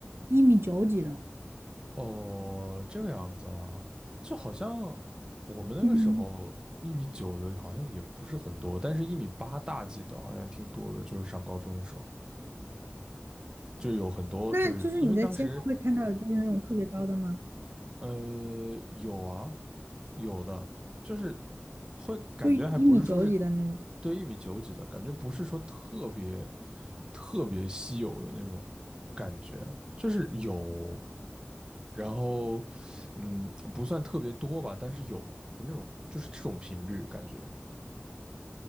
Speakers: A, on the right; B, on the right.
A: 一米九几的。
B: 哦，这个样子啊，就好像我们那个时候一米九的，
A: 嗯，
B: 好像也不是很多，但是一米八大几的，好像挺多的。就是上高中的时候，就有很多，
A: 那就是你在街上会看到有就是那种特别高的吗？
B: 就是因为当时呃有啊有的，就是会感觉还不是说是
A: 就一米九几的那种。
B: 对一米九几的感觉，不是说特别特别稀有的那种感觉，就是有。然后，嗯，不算特别多吧，但是有，就是那种就是这种频率感觉，